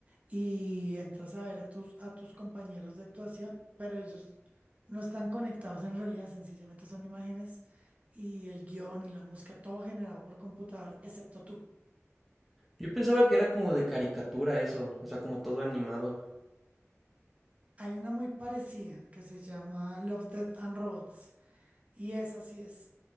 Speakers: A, on the right; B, in the centre.
A: y entras a ver a tus, a tus compañeros de actuación, pero ellos no están conectados en realidad, sencillamente son imágenes y el guión y la música, todo generado por computador, excepto tú.
B: Yo pensaba que era como de caricatura eso, o sea, como todo animado.
A: Hay una muy parecida que se llama Love, Death and Robots. Y esa sí es